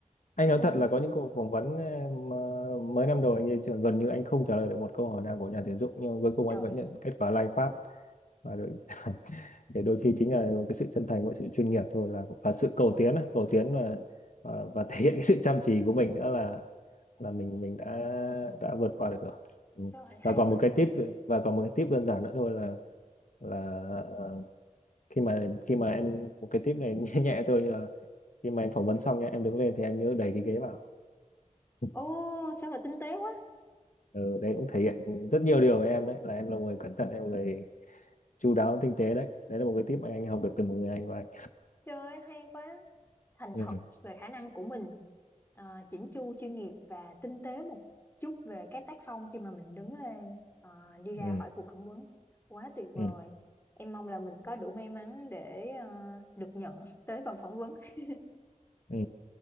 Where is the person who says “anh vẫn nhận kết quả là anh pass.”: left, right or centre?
Left